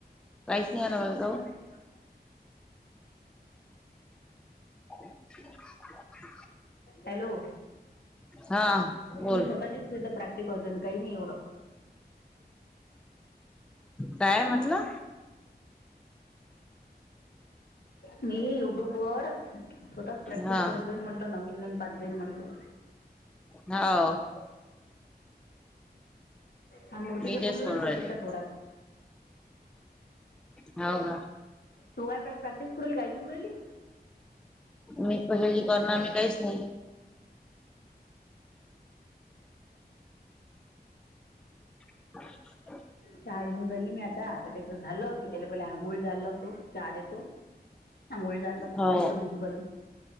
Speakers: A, in the centre; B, on the left.
A: काहीच नाही आण ब.
B: नाही.
A: <unintelligible>
B: हॅलो!
A: हा बोल
B: मी स्वतःचीचथ प्रॅक्टिकजन काही नाही एवढं.
A: काय म्हटलं?
B: मी युट्यूब वर स्वतःच प्रॅक्टिस
A: हा
B: करत जाईन म्हटलं नवीन नवीन पात जाईन म्हटलं.
A: हा.
B: आणि मूर्तीच्या
A: मी
B: पुर्लीवरील
A: तेच बोलू
B: प्रतीक्षात
A: राहिले
B: होतात.
A: हो का.
B: तू काय प्रॅक्टिस करवली काळजी करवली.
A: मी कसी करणार मी काहीच नाही. ह <unintelligible>
B: चार जुून ररी मिळतात. त्याच झालं की त्याला पहिले आंघोळ झाला होतो चहा देतो. सांगोळी झालला तुचे
A: हो
B: कपडे भिजू घालून.